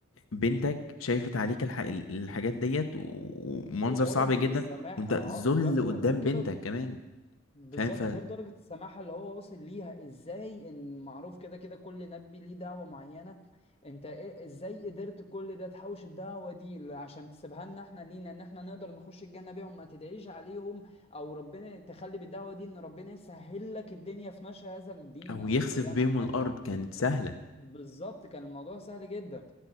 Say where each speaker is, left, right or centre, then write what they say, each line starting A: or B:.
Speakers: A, on the left; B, on the left.
A: بنتك شايفت عليك الح... الحاجات ديت ومنظر
B: ودرجة
A: صعب جدا
B: السماحة
A: وانت
B: ع-
A: ذل
B: د-
A: قدام
B: غير كده
A: بنتك كمان
B: بالظبط
A: فاهم ف
B: غير درجة السماحة اللي هو واصل ليها ازاي ان معروف كده كده كل نبي ليه دعوة معينة انت إيه- ازاي قدرت كل ده تحوش الدعوة دي ل- عشان تسيبها لنا احنا لينا ان احنا نقدر نخش الجنة بيهم ما تدعيش عليهم او ربنا تخلي بالدعوة دي ان ربنا يسهل لك الدنيا في نشر هذا الدين
A: او
B: او
A: يخسف
B: الاسلام
A: بيهم
B: عامة
A: الارض كانت سهلة
B: بالظبط كان الموضوع سهل جدا